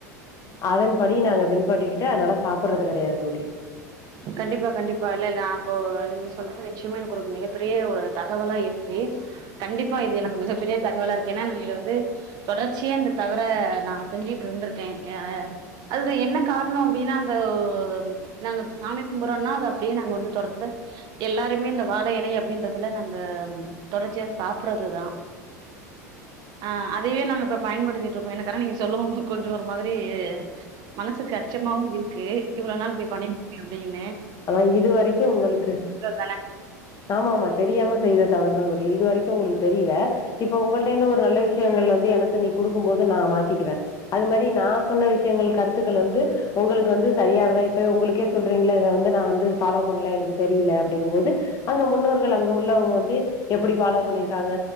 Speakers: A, on the left; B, on the right.
A: அதன்படி நாங்க பின் பண்ணி டே அதலா சாப்படறது கெடையாது தோழி
B: கண்டிப்பா கண்டிப்பா இல்லேல ஆ போ நீங்க சொல்தற்றெச்சிம எனக்கொரு மிகப்பெரிய ஒரு தகவலா இருக்கு கண்டிப்பா இது எனக்கு மிகப்பெரிய தகவல இரு ஏனா நாங்க இத வந்து தொடர்ச்சியா இந்த தவற நா செஞ்சுட் இருந்திருக்கே எ அதுதா என்ன காரணோ அப்டின்னா அந்த ஓ ச்ச நாங்க சாமி கும்புறோனாஸ் அப்டே நாங்க வந்து தொடர்ந்து எல்லாருமே இந்த வாழ எலைய அப்டின்றதுல நாங்க தொடர்ச்சியா சாப்றதுதா ஆ அதயே நாங்க இப்ப பயன்படுத்திட்டு இருக்கோ எனக்கு ஆனா நீங்க சொல்லுவோ கொஞ்சோ ஒரு மாதிரி மனசுக்கு அச்சமாவு இருக்கு இவ்ளோ நாள் இப்டி பண்ணி எப்டின்னு
A: ஆனா இதுவரைக்கோ உங்களுக்கு
B: தான
A: ஆமாமா தெரியாம செய்த தவறுதா தோழி இதுவரைக்கு உங்களுக்கு தெரில இப்ப உங்கள்ட இருந்து ஒரு நல்ல விஷயங்கள் வந்து எனக்கு நீ குடுக்கும் போது நா மாத்திக்குவே அது மாரி நா சொன்ன விஷயங்கள் கருத்துக்கள் வந்து உங்களுக்கு வந்து சரியானத இல்ல உங்களுக்கே சொல்றீங்களா இது அந்த நா வந்து பாலோ பண்ல எனக்கு தெரியில அப்டிகம் போது அங்க முன்னோர்கள் அங்க உள்ளவங்க வந்து எப்பிடி பாலோ பண்ணிருக்காங்க